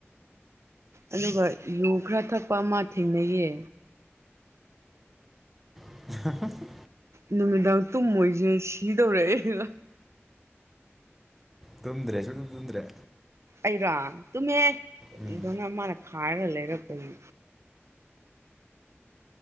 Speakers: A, on the right; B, in the centre.
A: ꯑꯗꯨꯒ ꯌꯨ ꯈꯔ ꯊꯛꯄ ꯑꯃ ꯊꯦꯡꯅꯩꯌꯦ
B: <unintelligible>
A: ꯅꯨꯃꯤꯗꯥꯡ ꯇꯨꯝ ꯃꯣꯏꯁꯦ ꯁꯤꯗꯧꯔꯛꯏꯦ
B: ꯇꯨꯝꯗ꯭ꯔꯦ ꯁꯨꯗ ꯇꯨꯝꯗ꯭ꯔꯦ
A: ꯑꯩꯔꯥ ꯇꯨꯝꯃꯦ ꯑꯗꯨꯅ
B: ꯎꯝ
A: ꯃꯥꯅ ꯈꯥꯏꯔꯒ ꯂꯩꯔꯛꯄꯅꯤ